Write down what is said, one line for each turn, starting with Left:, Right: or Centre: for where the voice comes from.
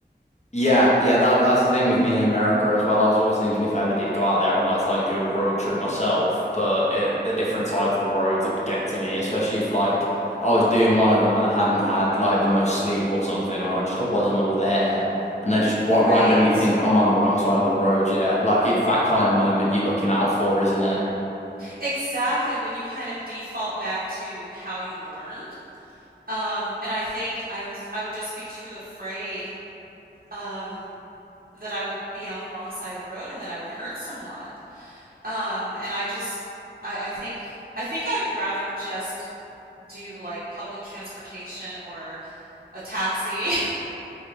Left: Yeah, yeah, that that's the thing with me in America as well. I was always thinking if I ever did go out there, I'd like to like do a road trip myself, but it, the different sides of the roads would get to me, especially if like I was doing one of them and I hadn't had like the most sleep or something, or I just wasn't all there, and I just wa
Right: Right.
Left: randomly think I'm on the wrong side of the road. Yeah, like it's that kind of moment you're looking out for, isn't it?
Right: Exactly. When you kind of default back to how you learned. Um, and I think I was I would just be too afraid um that I would be on the wrong side of the road and that I would hurt someone. Um, and I just I, I think I think I would rather just do like public transportation or a taxi,